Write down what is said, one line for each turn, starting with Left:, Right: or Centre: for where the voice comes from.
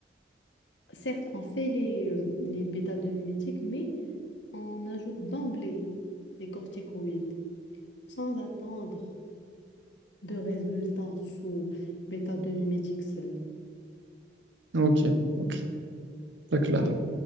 Left: Certes, on fait les, euh, les bêta 2 mimétiques, mais on ajoute d'emblée les corticoïdes, sans attendre de résultats sous bêta 2 mimétiques seul.
Right: Ok, ok, c'est clair.
Left: Donc,